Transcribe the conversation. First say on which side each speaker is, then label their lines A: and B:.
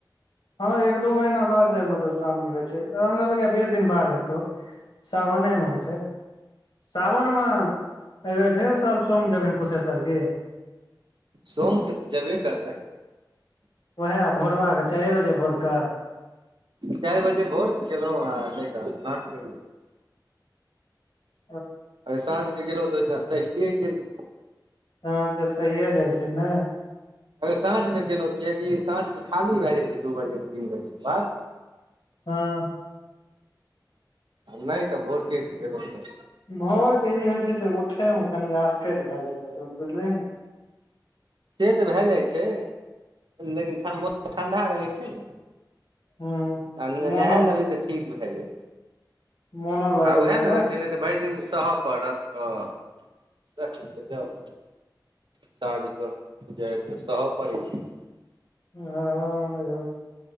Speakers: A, on the left (about 70°); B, on the right (about 75°).
A: हँ एक दू महीना बाद मधुश्रावणी होइ छै राम लग बीस दिन बाद हेतौ सावने मे होइ छै सावनमे अयबै फेर सब सोम जेब कुशेश्वरके
B: सोम के तऽ जेबे करबै
A: उएह भोरबाके चारए बजे भोरकऽ
B: चार बजे भोर गेलहु नहिता <unintelligible>
A: हँ <unintelligible>
B: अरे साँझके ग गेलो ओइदिना सहए गेलल
A: सांझ के सहिए जाइ छै ने
B: अगर साँझके गेलहुँ कियकि साँझके खाली भए जाइ छै दू बजेके तीन बजेके बाद
A: हँ
B: नहि तऽ भोरके गेलहुँ तऽ
A: भोरके ई होइ छै जे उठयमे कनि आसकैत भए जाइत त बुझलिय ने
B: से तऽ भए जाइ छै लेकिन मौसम ठण्डा रहै छै ने
A: हूँ
B: आ नहा
A: मोनो
B: लेबही तऽ ठीक भए जाय
A: मोनो लागै
B: आ उएह
A: छौ
B: ने होइ छै ने तऽ भरि दिन सहय पड़त तऽ सही तऽ जाउ साँझ क जाब तऽ सहय पड़ै छै
A: ह